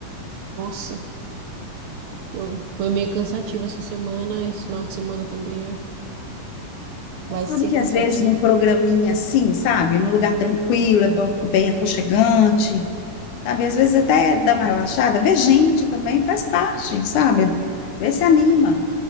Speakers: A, on the right; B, on the left.
A: Nossa, tô- foi meio cansativo essa semana. Esse final de semana também
B: Você
A: vai ser
B: sabe que
A: cansativo.
B: às vezes num programinha assim, sabe? Num lugar tranquilo, é bom- bem aconchegante, sabe? Às vezes até dá uma relaxada. ver gente também, faz parte, sabe? Vê se anima.